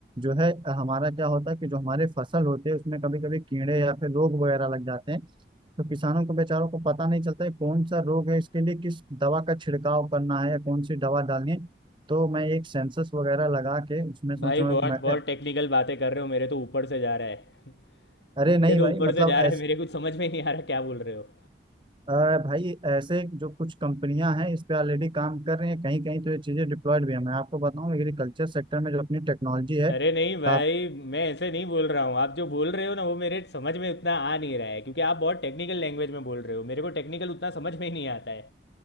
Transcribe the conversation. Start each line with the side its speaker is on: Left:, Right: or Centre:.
Right: जो है हमारा क्या होता है कि जो हमारे फसल होते हैं उसमें कभी कभी कीड़े या फिर रोग वगैरह लग जाते हैं तो किसानों को बेचारों को पता नहीं चलता है कौन सा रोग है इसके लिए किस दवा का छिड़काव करना है या कौन सी दवा डालनी है तो मैं एक सेंसस वगैरह लगा के उसमें सोच
Left: भाई
Right: रहा
Left: बहुत
Right: हूँ कि मैं-
Left: बहुत टेक्निकल बातें कर रहे हो मेरे तो ऊपर से जा रहा है <laughs>
Right: अरे
Left: मेरे
Right: नहीं
Left: तो
Right: भाई
Left: ऊपर
Right: मतलब
Left: से जा रहा
Right: ऐस,
Left: है मेरे कुछ समझ में नहीं आ रहा क्या बोल रहे हो
Right: अ, भाई ऐसे जो कुछ कंपनियां हैं इस पे ऑलरेडी काम कर रही हैं कहीं कहीं तो ये चीजें डिप्लॉयड भी है मैं आपको बताऊं एग्रीकल्चर सेक्टर में जो अपनी टेक्नोलॉजी है
Left: अरे नहीं भाई
Right: का
Left: मैं ऐसे नहीं बोल रहा हूँ आप जो बोल रहे हो ना वो मेरे समझ में उतना आ नहीं रहा है क्योंकि आप बहुत टेक्निकल लैंग्वेज में बोल रहे हो मेरे को टेक्निकल उतना समझ में ही नहीं आता है